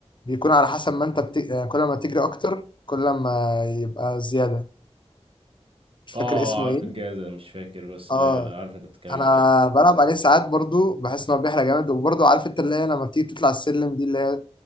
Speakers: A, on the left (about 45°); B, on the right (about 55°).
A: بيكون على حسب ما انت بت... آه، كل ما تجري اكتر كل ما يبقى زياده مش فاكر
B: اه
A: اسمه
B: عارف
A: ايه
B: الجهاز ده مش فاكر بس ايوه
A: اه
B: عارف انت بتتكلم
A: انا
B: على ايه
A: بلعب عليه ساعات برضو بحس ان هو بيحرق جامد وبرضو عارف انت اللي هي لما بتيجي تطلع السلم دي اللي هي